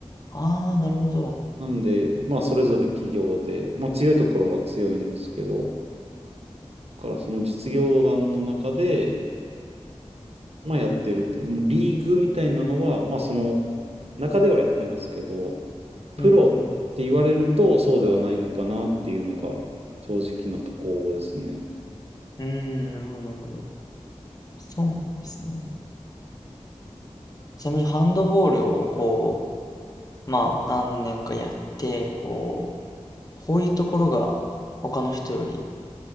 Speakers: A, on the left; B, on the right.
A: ああー、なるほど。
B: なんで、まあ、それぞれ企業で、まあ、強いところは強いんですけど、だからその実業団の中で、まあ、やってるって、もうリーグみたいなのは、まあ、その中ではやってますけど、プロって言われるとそうではないのかなっていうのが正直なところですね。
A: うん、なるほど。うーん、なるほど、なるほど。そうなんですね。ちなみにハンドボールをこまあ、何年かやって、こう、こういうところが他の人より